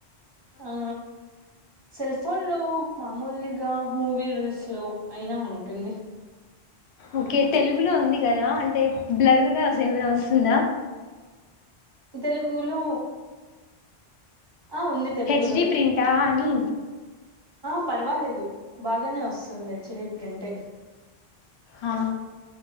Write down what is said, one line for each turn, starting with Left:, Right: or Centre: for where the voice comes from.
Right: ఆ సెల్ ఫోన్ లో మామూలుగా మూవీ రూల్స్ లో అయినా ఉంటుంది
Left: ఓకే తెలుగులో ఉంది కదా అంటే బ్లరగా ఏమైనా వస్తుందా
Right: తెలుగులో ఆ ఉంది తెలుగులో
Left: హెచ్ డి ప్రింట్ ఆ ని
Right: ఆ పర్వాలేదు బాగానే వస్తుంది చిడి ప్రింట్
Left: ఆ